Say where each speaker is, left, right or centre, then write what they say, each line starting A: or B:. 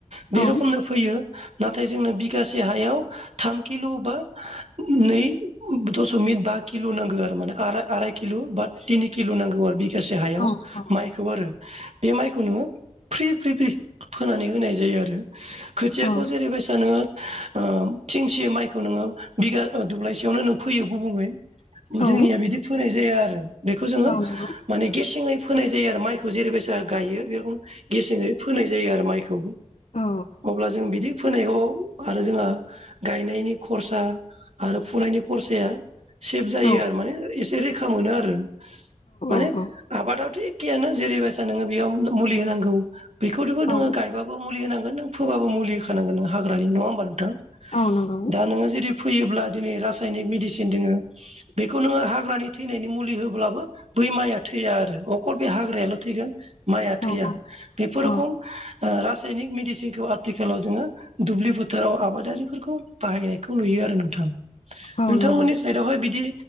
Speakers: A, on the right (about 60°); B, on the left (about 60°).
A: बे
B: औ
A: रखमनो फैयो। नाथाय जोंनो बिगासे हायाव थाम किल' बा नै दसमिक बा किल' नांगौ आरो माने आराइ आराइ किलु' बा थिनि किलु' नांगौ आरो बिगासे हायाव
B: औ औ
A: माइखौ आरो। बे माइखौ नोङो फ्रि -फ्रि -फ्रि फोनानै होनाय जायो आरो खो
B: औ
A: जेरैबायसा नोङो ओ थिंसे माइखौ नोङो बिघा ओ दब्लायसेयावनो नों फैयो गुबुङै जोंनिया
B: औ
A: बिदि फोनाय जाया आरो बेखौ जोङो
B: औ नंगौ
A: माने गेसेङै फोनाय जायो आरो माइखौ जेरैबायसा गायो बे रखोम गेसेङै फोनाय जायो आरो माइखौ।
B: औ
A: अब्ला जों बिदि फोनायखौ आरो जोंहा गायनायनि खरसा आरो फुनायनि खरसाया सेभ जायो
B: औ
A: आरो माने एसे रैखा मोनो आरो माने
B: औ औ
A: आबादाथ' एखेयानो जेरैबायसा नोङो बेयाव मुलि होनांगौ बेखौथ'बो नोङो
B: औ
A: गायबाब <unintelligible> मुलि होनांगोन नों फोबाबो मुलि होखानांगोन हाग्रानि नङा होमबा नोंथां
B: औ नंगौ
A: दा नों जेरै फैयोब्ला दिनै रासायनिक मेडिसिन दोङो बेखौ नोङो हाग्रानि थैनायनि मुलि होब्लाबो बै माइआ थैया आरो अखल बे हाग्रायाल' थैगोन। माइआ थैया
B: औ औ
A: बेफोर रखम
B: औ
A: ओ रासायनिक मेडिसिनखौ आथिखालाव जोङो दुब्लि फोथाराव आबादारिफोरखौ बाहायनायखौ नुयो आरो नोंथां।
B: औ
A: नोंथांमोननि
B: नंगौ
A: साइडआवहाय बिदि